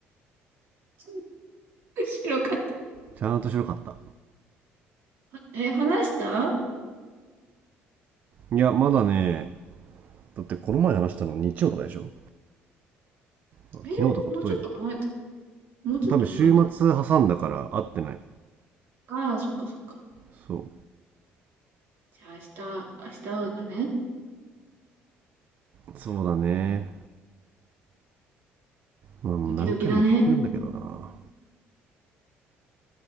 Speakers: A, on the right; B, on the right.
A: <laughs> 白かった。
B: ちゃんと白かった
A: え、話した
B: いやまだねだってこの前話したの日曜とかでしょ昨日とか一昨日だっけ
A: えーもうちょっと前だ。もうちょっと前だ。
B: 多分週末挟んだから会ってない
A: ああ、そっかそっか。
B: そう
A: じゃあ明日、明日会うんだね。
B: そうだねまあもう何回も言ってるんだけどな。
A: ドキドキだね。